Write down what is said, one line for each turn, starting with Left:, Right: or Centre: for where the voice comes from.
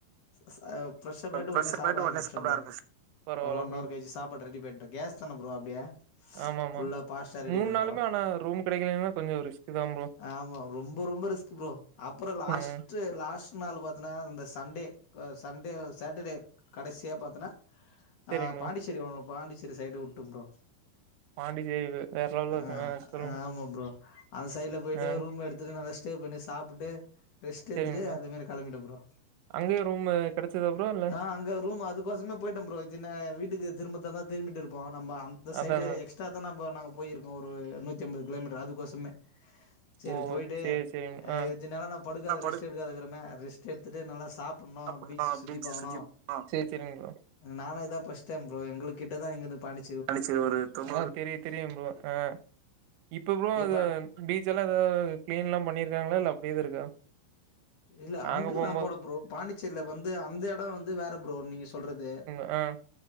Left: ஸ் ஸ் அ ஃபிரஷ் அப் ஆயிட்டு
Right: ஃப்ரெஷ்
Left: உட்னே சாப்பிட ஆரம்பிச்சுடோ
Right: ஒடனே சாப்ட
Left: ப்ரோ
Right: ஆரம்பிச் பரவால்ல
Left: ஒரு ஒன்
Right: ப்ரோ
Left: அவர் கெயிச்சி சாப்பாட ரெடி பண்ட்டோம் கேஸ் தான ப்ரோ அப்டியே
Right: ஆமா ஆமா
Left: ஃபுல்லா பாஸ்டா ரெடி
Right: மூணு
Left: பண்ட்டோ
Right: நாளுமே ஆனா ரூம் கெடைக்கலன்னா கொஞ்சோ ரிஸ்க் தா ப்ரோ
Left: ஆமா ரொம்ப ரொம்ப ரிஸ்க் ப்ரோ அப்புறம் லாஸ்ட்
Right: ம்
Left: ட்டு லாஸ்ட் டு நாள்ல பாத்தனா இந்த சண்டே சண்டே சேட்டர்டே கடைசியா பாத்தனா
Right: சேரிங்க
Left: ஆ பாண்டிச்சேரி
Right: ப்ரோ
Left: ஒன்னு பாண்டிச்சேரி சைடு உட்டோ ப்ரோ
Right: பாண்டிச்சேரி வே வேற லெவல்ல இருக்குங்க
Left: ஆ
Right: சொல்லுங்க
Left: ஆமா ப்ரோ அந்த சைட்ல போயிட்டு
Right: ஆ
Left: ரூம் எடுத்துட்டு வந்து ட்டு பிண்ண சாப்புட்டு ரெஸ்ட்
Right: சேரிங்க
Left: எடுத்துட்டு
Right: ப்ரோ
Left: அதுமே கெளம்பிட்டோ ப்ரோ
Right: அங்கேயே ரூமு கெடச்சதா ப்ரோ இல்ல
Left: ஆ அங்க ரூம் அதுக்கோசமே போயிட்டோ ப்ரோ சின்ன வீட்டுக்கு திரும்பத்தந்தா திரும்பிட்டு இருப்போ நம்ம அந்த
Right: அதா
Left: சைடு
Right: அதா
Left: எக்ஸ் ட்ரா நம்ப நாங்க போயிருக்கோ ஒரு நூத்தி எம்பது கிலோமீட்டர் அதுக்கோசமே செரி
Right: ஓ
Left: போயிட்டு
Right: சேரி சேரிங்
Left: அ
Right: ஆ
Left: இத்தினால நா படுக்காத
Right: ஆ படு
Left: ரெஸ்ட் எடுக்காத கீரமே ரெஸ்ட் எடுத்துட்டு நல்லா சாப்பிட்ணோ
Right: அப்றமா
Left: பீச்ச சுத்தி
Right: பீச்
Left: பாக்கனோ
Right: ஆ சேரி சேரிங்க ப்ரோ
Left: நானு இதா ப்ஃர்ஸ்ட் டைம் ப்ரோ எங்களுகிட்டதா இங்க இருந்து பாண்டி
Right: அ தெரியூ தெரியூ ப்ரோ ஆ இப்பகூட அது
Left: இப்ப
Right: பீச் எல்லா ஏதாவது கிளீன்ல்லா பண்ணீருக்காங்களா இல்ல அப்படியேதா இருக்கா
Left: இல்ல
Right: நாங்க
Left: அங்க
Right: போம்போ
Left: நா போல ப்ரோ பாண்டிச்சேரில வந்து அந்த எடோ வந்து வேற ப்ரோ நீங்க சொல்றது
Right: அ